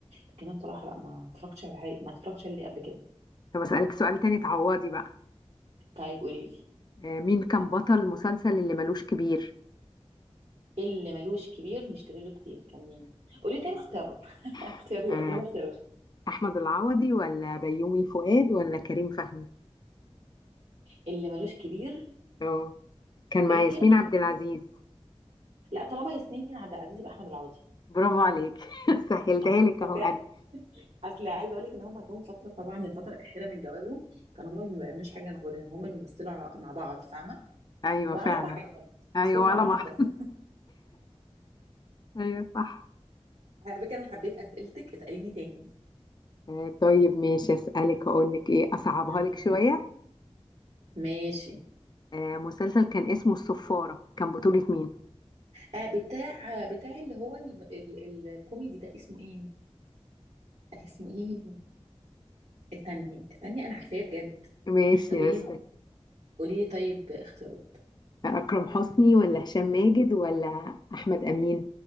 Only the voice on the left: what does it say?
طب اسالك سؤال تاني تعوضي بقى
آه، مين كان بطل المسلسل اللي ملوش كبير
<laughs> آه،
احمد العوضي ولا بيومي فؤاد ولا كريم فهمي
اه كان مع
ياسمين
عبد العزيز
برافو عليك <laughs> سهلتها
لك اهو
انا
ايوه
فعلا
ايوه
ولا
بحر
ايوه صح
آه، طيب ماشي اسالك اقول لك ايه اصعبها
لك شويه
آه، مسلسل كان اسمه الصفارة كان بطولة مين؟
ماشي
بس
أكرم حسني ولا هشام ماجد ولا أحمد أمين؟